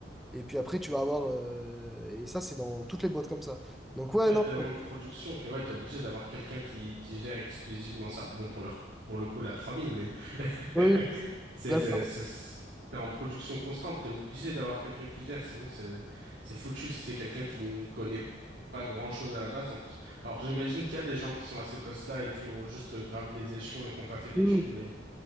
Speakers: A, in the centre; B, on the right.
A: Et puis après, tu vas avoir. euh, et ça, c'est dans toutes les boîtes comme ça. Donc, ouais,
B: Ouais, Il y
A: non.
B: a tellement
A: euh,
B: de production que ouais, t'es obligé d'avoir quelqu'un qui, qui gère exclusivement ça. Bon, pour leur, pour le coup, la 3000 mais <laughs>
A: oui,
B: c'est,
A: là,
B: c'est,
A: ça,
B: c'est, c'est- t'es en production constante, t'es obligé d'avoir quelqu'un qui gère, sinon c'est, c'est foutu si c'est quelqu'un qui n'y connaît pas grand-chose à la base, en plus. Alors, j'imagine qu'il y a des gens qui sont à ces postes-là et qui ont juste gravi les échelons et qui n'ont pas fait d'études,
A: oui.
B: mais